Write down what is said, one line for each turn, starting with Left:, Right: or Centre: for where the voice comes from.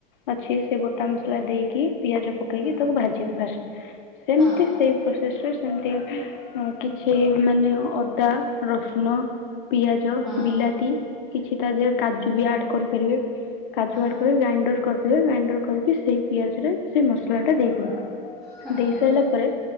Left: ଅଛି ସେ ଗୋଟା ମସଲା ଦେଇକି ପିଆଜ ପକେଇକି
Centre: ହଁ
Left: ତାକୁ ଭାଜିବେ ଫାଷ୍ଟ ସେମତି
Centre: ହଁ
Left: ସେଇ ପ୍ରୋସେସ ରେ ସେମିତି ଉଁ କିଛି ମାନେ ଅଦା ରସୁଣ ପିଆଜ
Centre: ହଁ
Left: ବିଲାତି କିଛି ତା ଦେହରେ କାଜୁ ବି ଆଡ କରିପାରିବେ। କାଜୁ
Centre: ହଁ
Left: ଆଡ କରି ଗ୍ରାଇଣ୍ଡର କରିଦେବେ ଗ୍ରାଇଣ୍ଡର କରିକି ସେଇ ପିଆଜ ରେ ସେ ମସଲା ଟା ଦେଇଦେବେ
Centre: ହଁ
Left: ଦେଇ ସାଇଲା ପରେ